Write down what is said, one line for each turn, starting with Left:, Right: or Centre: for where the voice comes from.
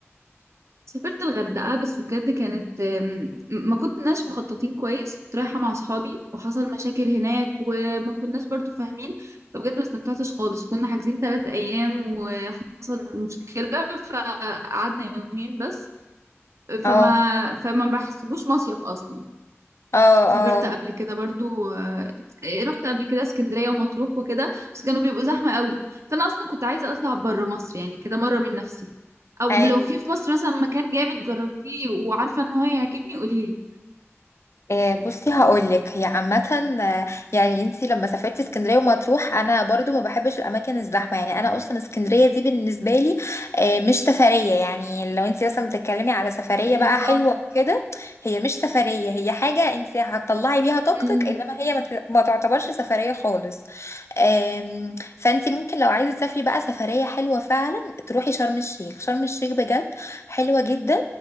Right: سافرت الغردقه بس بجد كانت آم، ما كناش مخططين كويس كنت رايحه مع اصحابي وحصل مشاكل هناك وما كناش برضو فاهمين فبجد ما استمتعتش خالص كنا حاجزين ثلاث ايام وحصل مشكله فقعدنا يومين بس
Left: اه
Right: فما فما بحسبوش مصيف اصلا
Left: اه
Right: سافرت
Left: اه
Right: قبل كده برضو آه، رحت قبل كده اسكندرية ومطروح وكده بس كانوا بيبقوا زحمة قوي فأنا أصلا كنت عايزة أطلع بره مصر يعني كده مرة من نفسي أو
Left: ايوه
Right: لو في في مصر مثلا مكان جامد جربتيه وعارفة إن هو هيعجبني قوليلي
Left: آه، بصي هقولك هي عامة آه، يعني انتي لما سافرت اسكندرية ومطروح انا برضو ما بحبش الاماكن الزحمة يعني انا اصلا اسكندرية دي بالنسبة لي آه، مش سفرية يعني لو انتي مثلا بتتكلمي على سفرية
Right: بالظبط
Left: بقى حلوة وكده هي مش سفرية هي حاجة انتي هتطلعي بيها طاقتك
Right: ال-
Left: انما هي ما ت- ما تعتبرش سفرية خالص آم، فانتي ممكن لو عايزة تسافري بقى سفرية حلوة فعلا تروحي شرم الشيخ شرم الشيخ بجد حلوة جدا